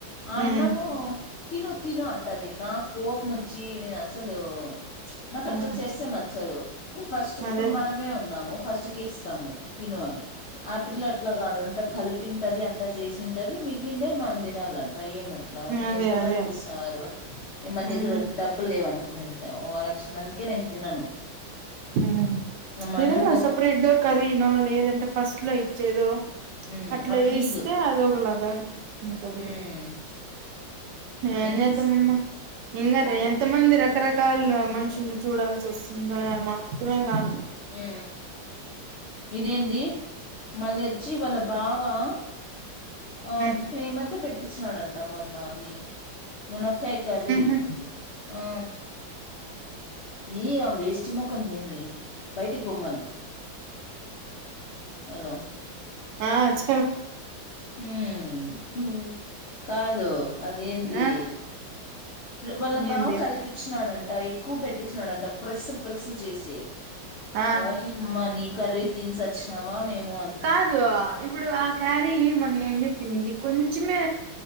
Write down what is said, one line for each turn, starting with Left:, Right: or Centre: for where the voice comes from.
Left: ఆ
Right: ఉమ్
Left: అన్నము తిను తిను అంటది నాక్ కోపం అచ్చి నేన్ అసలు నాక్
Right: ఉమ్
Left: అట్ల చేస్తే నచ్చదు. ఇప్పుడు ఫస్ట్
Right: అదే
Left: ఇప్పుడు మనమే ఉన్నాము ఫస్ట్ కేస్ స్తాము తిను అని ఆ పిల్ల అట్ల కాదు అంత కలిపింటది అంత చేసింటది మిగిలిండే మ తినాలం ట ఏం అట్లా
Right: అదే
Left: ఎట్లా
Right: అదే
Left: కనిపిస్తున్నారు ఏ మన
Right: ఉమ్
Left: దగ్గర డబ్బుల్ లేవను <unintelligible> ఓవర్షన్ అందుకే నేన్ తినను
Right: ఆ
Left: మా
Right: ఇవన్ని
Left: అన్న బో
Right: బ్రెడ్ కర్రీనో లేద ఫస్ట్లో ఇచ్చేదో
Left: ఉమ్,
Right: అట్ల
Left: అట్లీదు
Right: ఇస్తే అదొక లగా ఉంటది.
Left: ఉమ్
Right: ఏం చేద్దాం
Left: చేసింది
Right: అమ్మ
Left: ఉమ్
Right: ఇంగ ఎంత మందిర రకరకాల మనుషుల్ని చూడాల్సి వస్తుంది మాత్రమే కాదు
Left: ఆ ఇదేంది మళ్ళీ వచ్చి వాళ్ళ బావా ఆ
Right: ఉమ్
Left: ప్రేమతో పెట్ పట్టిచినాడన్ ట్ట మొన్న అది మునక్కాయ కర్రీ
Right: ఉహు
Left: ఆ ఏ ఆ వేస్ట్ ముఖదేమి బయటికి బొమ్మను హలో
Right: ఆ చ
Left: హ్మ్ కాదు అదేంది
Right: ఆ
Left: వాళ్ళ బావ
Right: ఏంది
Left: కల్పించినాడు అ ఎక్కువ పెట్టించినడంట ప్రెస్ ప్రెస్ చేసి
Right: ఆ
Left: ఓ యి అమ్మని కర్రీ తీస సచ్చినామా మేము అనుకుంటి
Right: కాదు ఇప్పుడు ఆ క్యారీ మ ఏడి పిండి కొంచమే